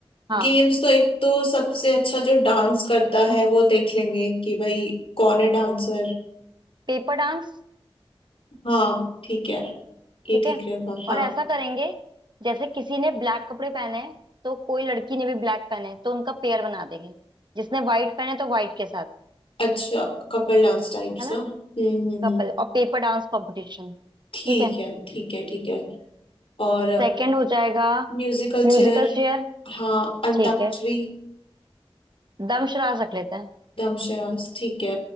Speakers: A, on the right; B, on the left.
A: हाँ
B: गेम्स तो एक तो सबसे अच्छा जो डांस करता है वो देख लेंगे कि भाई कौन है डांसर
A: पेपर डांस
B: हाँ ठीक है ये
A: ठीक
B: ठीक
A: है
B: रहेगा हाँ
A: और ऐसा करेंगे जैसे किसी ने ब्लैक कपड़े पहने हैं तो कोई लड़की ने भी ब्लैक पहने हैं, तो उनका पेयर बना देंगे जिसने व्हाइट पहने तो व्हाइट के साथ
B: अच्छा कपल डांस टाइप्स
A: है ना
B: ना हम्म हम्म
A: कपल
B: हम्म
A: और पेपर डांस कंपटीशन
B: ठीक
A: ठीक है
B: है ठीक है ठीक है और
A: सेकंड हो जाएगा
B: म्यूजिकल
A: Musical
B: चेयर
A: chair
B: हाँ अंताक्षरी
A: ठीक है दमशराज रख लेते हैं
B: दमशरास ठीक है